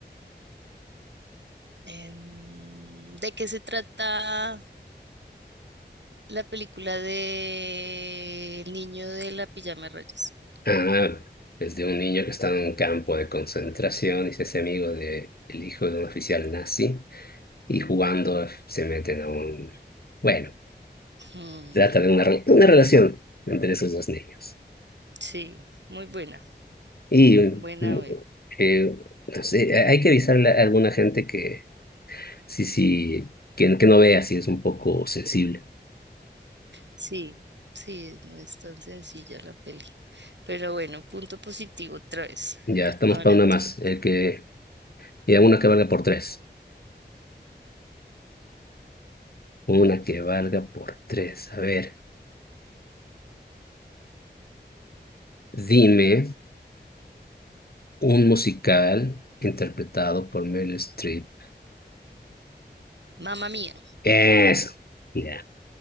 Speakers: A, on the right; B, on the left.
A: em, ¿de qué se trata la película de El niño de la pijama de rayas?
B: Ah, es de un niño que está en un campo de concentración y se hace amigo de el hijo de un oficial nazi. y jugando se meten a un, bueno,
A: Mm,
B: trata de una, re- una relación entre esos dos niños.
A: sí, muy buena,
B: Y mm,
A: buena,
B: eh, no sé, hay que avisarle a alguna gente que sí, sí, que, que no vea si es un poco sensible.
A: Sí, sí, no es tan sencilla la peli. Pero bueno, punto positivo otra vez.
B: Ya estamos
A: Ahora
B: para una
A: tú.
B: más, el que, y una que valga por tres. Una que valga por tres. A ver, dime un musical interpretado por Meryl Streep.
A: Mamma mía,
B: Eso. Ya.